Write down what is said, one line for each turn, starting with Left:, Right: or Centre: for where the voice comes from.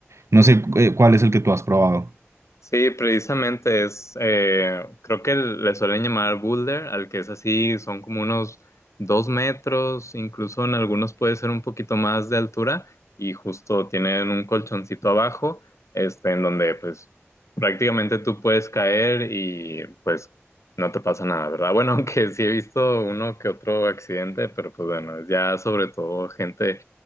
Right: No sé eh, cuál es el que tú has probado.
Left: Sí, precisamente es, eh, creo que le suelen llamar boulder, al que es así, son como unos dos metros, incluso en algunos puede ser un poquito más de altura y justo tienen un colchoncito abajo, este, en donde pues prácticamente tú puedes caer y pues no te pasa nada, ¿verdad? Bueno, <laughs> aunque sí he visto uno que otro accidente, pero pues bueno, ya sobre todo gente